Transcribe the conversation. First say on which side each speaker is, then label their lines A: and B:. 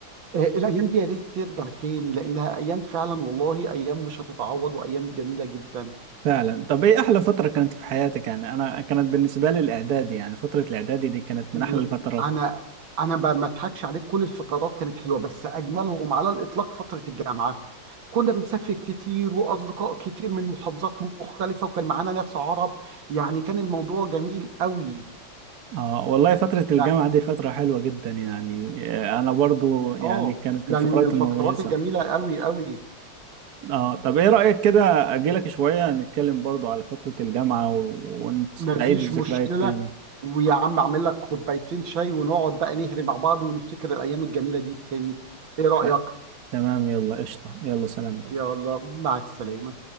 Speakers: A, on the right (about 80°); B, on the right (about 60°).
A: الأيام دي يا ريت ترجع تاني لأنها أيام فعلا والله أيام مش هتتعوض وأيام جميلة جدا
B: فعلا طب ايه احلى فترة كانت في حياتك يعني انا كانت بالنسبة لي الاعدادي يعني فترة الاعدادي دي كانت من
A: ال-
B: احلى الفترات
A: أنا أنا ب- ما أضحكش عليك كل الفترات كانت حلوة بس أجملهم على الإطلاق فترة الجامعة كنا بنسافر كتير وأصدقاء كتير من محافظات مختلفة وكان معانا ناس عرب يعني كان الموضوع جميل قوي
B: اه والله فترة الجامعة
A: يعني
B: دي فترة حلوة جدا يعني آه، انا برضو يعني
A: آه
B: كانت
A: يعني
B: الفترات
A: من الفترات
B: المميزة
A: الجميلة قوي قوي
B: اه طب ايه رأيك كده اجيلك شوية نتكلم برضو على فترة الجامعة و-
A: مفيش
B: ونعيد الذكريات
A: مشكلة
B: تاني
A: ويا عم اعمل لك كوبايتين شاي ونقعد بقى نهري مع بعض ونفتكر الأيام الجميلة دي تاني إيه رأيك؟
B: ح- تمام يلا قشطة يلا سلام
A: يلا مع السلامة